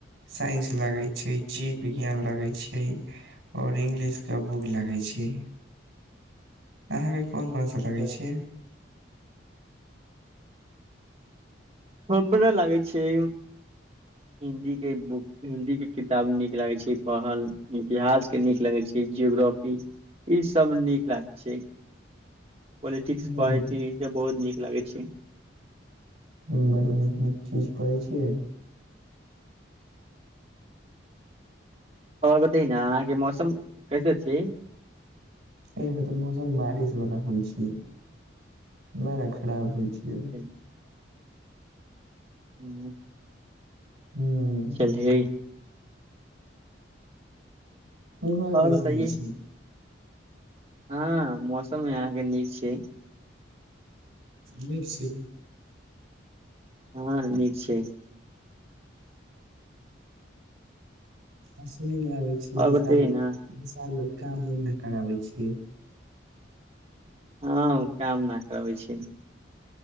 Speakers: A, on the right (about 85°); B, on the right (about 30°).
A: साइंस लागै छै, जीव विज्ञान लागै छै। और इंगलिश के बुक लागै छियै, अहाँके कोन कोन सा लगै
B: ओ,
A: छियै?
B: हमरा लागै छियै हिन्दी के बुक, हिन्दी के किताब नीक लागै छियै पहल, इतिहास के नीक लगै छियै। ई जोग्रॅपी ई सब नीक लाग छियै। पॉलिटिक्स
A: हुं
B: पढ़ै छीई, ई छव बहुत नीक लागै छै।
A: हूँ बड़ नीक नीक चीज परहै छियै।
B: और बताइ न अहाँके मौसम कैसा छियै?
A: इहॉं के त मौसम बारिश वला होइ छियै, बड़ा खराब होइ छियै अभी।
B: ह्म्म। हूँ।
A: हूं।
B: चल जइ?
A: उम्हर
B: आओर
A: गैसन
B: बतैयै
A: में छी।
B: हँ, मौसम यहाँ के नीक छै।
A: निक छै।
B: हँ, नीक छै।
A: आ सुनै में आबे छै
B: आओर
A: विशाल-विशाल
B: बतैयै ने
A: काम उम नै कराबै छीयै?
B: हँ, ओ काम न करबै छियै।